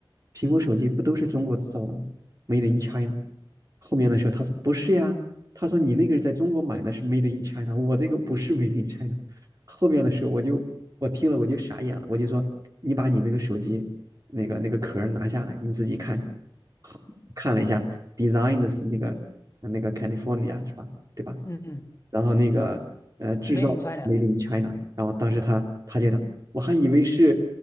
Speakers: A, on the right; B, on the left.
A: “苹果手机不都是中国制造的吗？Made in China。”后面的时候他说：“不是呀。”他说：“你那个是在中国买的，是 Made in China，我这个不是 Made in China。”后面的时候我就我听了我就傻眼了，我就说：“你把你那个手机那个那个壳拿下来，你自己看看。”看了一下，design 的是那个那个 California 是吧？对吧？
B: 嗯嗯
A: 然后那个呃制造
B: ，Made in China。
A: Made in China，然后当时他他觉得。我还以为是